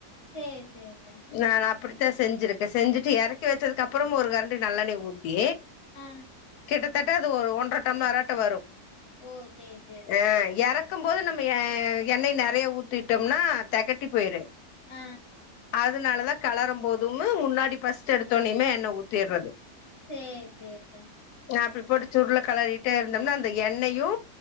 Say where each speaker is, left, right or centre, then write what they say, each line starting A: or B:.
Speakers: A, on the left; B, on the left.
A: சேர் சேர்த்த
B: நான் அப்படித்தா செஞ்சிருக்க செஞ்சிட்டு எறக்கி வெச்சதுக்கு அப்பறமு ஒரு கரண்டி நல்லெண்ணய ஊத்தி
A: ஆ
B: கிட்டத்தட்ட அது ஒ ஒன்ற டம்ளராட்டு வரு
A: ஓ சேரி சேரி த்த
B: அ யாராவ் எறக்கும் போது நம்ம எ எண்ணெய் நறையா ஊத்திட்டம்னனா தெகட்டி போய்ரு
A: ஆ
B: அதுனாலதா கலரும் போதுமு முன்னாடி ஃபஸ்ட் எடுத்தோன்னியுமே எண்ண ஊத்திர்றது
A: சேர் சேர் த
B: நா அப்டி போட்டு சுருல களறிட்டே இருந்தோம்னா அந்த எண்ணயு